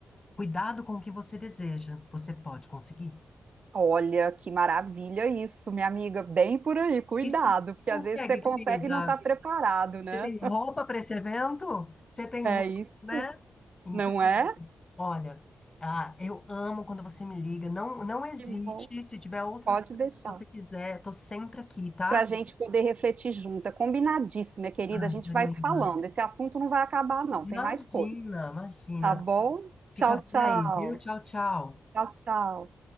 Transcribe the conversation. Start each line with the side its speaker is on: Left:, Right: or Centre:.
Left: cuidado com o que você deseja, você pode conseguir.
Right: Olha, que maravilha isso, minha amiga. Bem por aí, cuidado,
Left: E se você
Right: porque
Left: consegue,
Right: às vezes você consegue
Left: querida?
Right: e não estar preparado, né?
Left: Você tem roupa para esse evento? Você tem
Right: É
Left: roupa,
Right: isso,
Left: né? Então,
Right: não
Left: assim,
Right: é?
Left: olha, ah, eu amo quando você me liga. Não, não hesite.
Right: Que bom.
Left: Se tiver outras
Right: Pode
Left: coisas
Right: deixar.
Left: que você quiser, tô sempre aqui, tá?
Right: para a gente poder refletir junta. É Combinadíssimo, minha querida.
Left: Ai,
Right: A gente
Left: Marina.
Right: vai se falando. Esse assunto não vai acabar, não.
Left: Imagina,
Right: Tem mais coisa,
Left: imagina.
Right: tá bom? Tchau,
Left: Fica bem
Right: tchau.
Left: aí, viu? Tchau, tchau.
Right: Tchau, tchau.